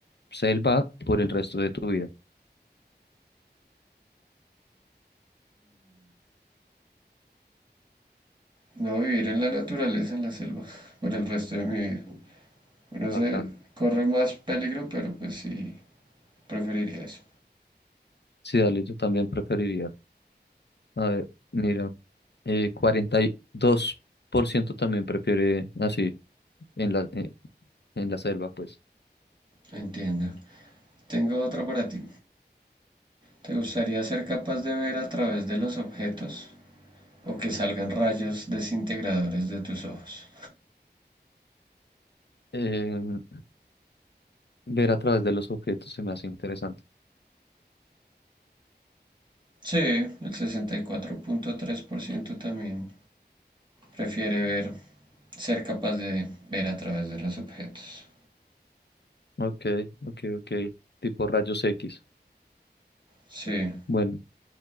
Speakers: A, on the left; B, on the right.
A: selva, por el resto de tu vida.
B: no vivir en la naturaleza, en la selva, <laughs> por el resto de mi vida. Uno
A: Bacano.
B: se corre más peligro, pero pues sí, preferiría eso.
A: Sí, dale, yo también preferiría. A ver, mira, eh, cuarenta y dos por ciento también prefiere así en la, eh, en la selva, pues.
B: Entiendo. Tengo otra para ti. ¿Te gustaría ser capaz de ver a través de los objetos o que salgan rayos desintegradores de tus ojos?
A: Em, ver a través de los objetos se me hace interesante.
B: Sí, el sesenta y cuatro punto tres por ciento también prefiere ver, ser capaz de ver a través de los objetos.
A: Ok, ok, ok. Tipo rayos X.
B: Sí.
A: Bueno,